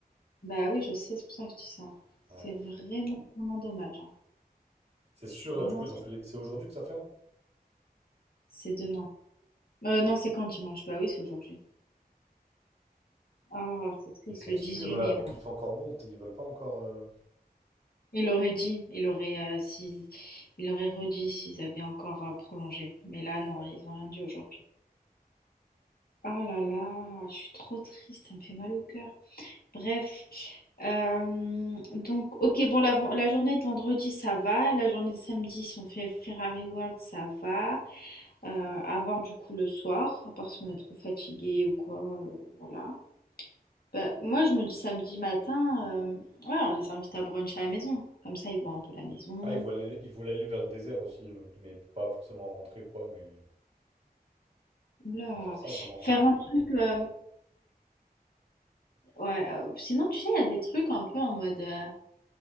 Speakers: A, on the left; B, on the right.
A: Bah oui, je sais, c'est pour ça que je dis ça.
B: Ouais.
A: C'est vraiment, vraiment dommage, hein.
B: C'est sûr,
A: Je suis
B: là,
A: vraiment
B: du coup,
A: triste.
B: ils ont fait les- C'est aujourd'hui que ça ferme?
A: C'est demain. Euh, non, c'est quand dimanche? Bah oui, c'est aujourd'hui. Ah, c'est triste,
B: Ils sont
A: le
B: sûrs,
A: dix-huit
B: là,
A: mai.
B: vu qu'il
A: ouais.
B: fait encore bon, peut-être ils veulent pas encore... euh,
A: Il aurait dit, il aurait, euh, si, il aurait redit s'ils avaient encore euh, prolongé. Mais là, non,
B: Ouais.
A: ils ont rien dit aujourd'hui. Ah là là, je suis trop triste, ça me fait mal au cœur. Bref, euh, donc, ok, bon, la, la journée de vendredi, ça va. La journée de samedi, si on fait Ferrari World, ça va. Euh, à voir du coup le soir, à part si on est trop fatigué ou quoi. euh, voilà. Bah, moi, je me dis samedi matin, euh, ouais, on les invite à brunch à la maison. Comme ça, ils voient un peu la maison.
B: Ah, ils voulaient, aller- ils voulaient aller vers le désert aussi, euh, mais pas forcément rentrer ou quoi, mais on
A: Oula.
B: peut faire ça dimanche,
A: Faire
B: non?
A: un truc. euh, ouais, euh, sinon, tu sais, il y a des trucs un peu en mode euh,